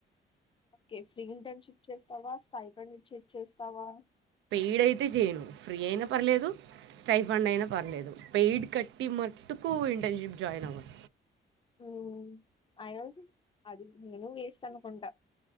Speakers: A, on the left (about 25°); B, on the right (about 75°).
A: ఓకే ఫ్రీ ఇంటర్న్షిప్ చేస్తావా స్టైఫండ్ ఇన్ షిప్ చేస్తావా
B: ఈడయితే చేయను ఫ్రీ అయినా పర్లేదు స్టైఫండ్ అయినా పర్లేదు పెయిడ్ కట్టి మట్టుకు ఇంటర్న్షిప్ జాయిన్ అవ్వను
A: మ్మ్ ఆయనోజు అది నేను వేస్ట్ అనుకుంటా